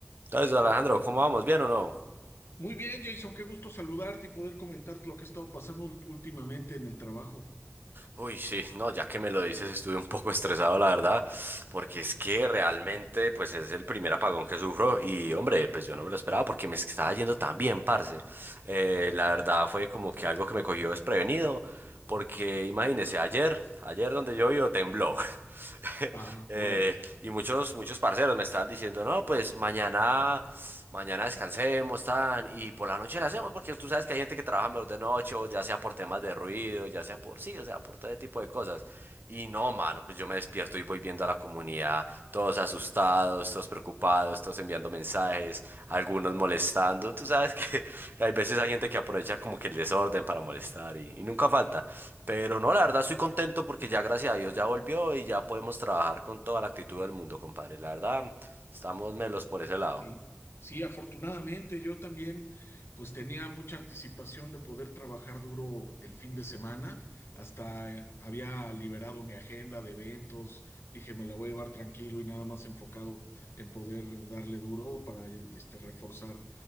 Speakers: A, on the right; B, on the left.
A: Entonces, Alejandro, ¿cómo vamos? ¿Bien o no?
B: Muy bien, Jason, qué gusto saludarte y poder comentarte lo que ha estado pasando ult- últimamente en el trabajo.
A: Uy, sí, no, ya que me lo dices, estuve un poco estresado, la verdad, porque es que realmente, pues es el primer apagón que sufro y, hombre, pues yo no me lo esperaba porque me estaba yendo tan bien, parce. Eh, la verdad fue como que algo que me cogió desprevenido porque imagínese, ayer, ayer donde yo vivo tembló. <laughs>
B: Ah,
A: Eh,
B: órale.
A: y muchos, muchos parceros me estaban diciendo, no, pues mañana, mañana descansemos, tan, y por la noche la hacemos, porque tú sabes que hay gente que trabaja mejor de noche, o ya sea por temas de ruido, ya sea por sí, o sea, por todo ese tipo de cosas. Y no, mano, pues pues yo me despierto y voy viendo a la comunidad, todos asustados, todos preocupados, todos enviando mensajes, algunos molestando. Tú sabes que, <laughs> que hay veces hay gente que aprovecha como que el desorden para molestar y, y nunca falta. Pero no, la verdad estoy contento porque ya gracias a Dios ya volvió y ya podemos trabajar con toda la actitud del mundo, compadre. La verdad, estamos melos por ese lado.
B: Sí, sí, afortunadamente yo también pues tenía mucha anticipación de poder trabajar duro el fin de semana, hasta eh, había liberado mi agenda de eventos, dije me la voy a llevar tranquilo y nada más enfocado en poder darle duro para eh, este reforzar